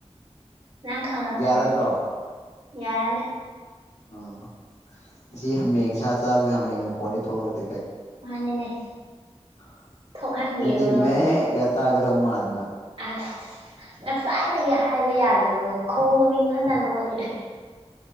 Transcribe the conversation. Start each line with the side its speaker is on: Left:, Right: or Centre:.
Right: ꯅꯪ ꯈꯪꯉꯛꯀꯅꯦ
Left: ꯌꯥꯔꯗ꯭ꯔꯣ
Right: ꯌꯥꯔꯅꯤ
Left: ꯎꯝ ꯉꯁꯤ ꯍꯥꯃꯦꯡ ꯁꯥ ꯆꯥꯕꯒꯤ ꯍꯥꯃꯦꯡ ꯃꯈꯣꯟꯗꯤ ꯊꯣꯛꯂꯛ
Right: ꯃꯥꯅꯤꯅꯦ
Left: <unintelligible>
Right: ꯊꯣꯛꯍꯟꯕꯤꯌꯨꯔꯣ
Left: ꯑꯩꯗꯤ ꯃꯦ ꯇꯥꯒꯗꯧ ꯃꯥꯟꯕ
Right: ꯑꯁ ꯉꯁꯥꯏꯗꯒꯤ ꯍꯥꯏꯕ ꯌꯥꯗꯕ꯭ꯔꯣ ꯈꯣꯡꯅꯤꯡ ꯕꯅ ꯂꯣꯏꯔꯦ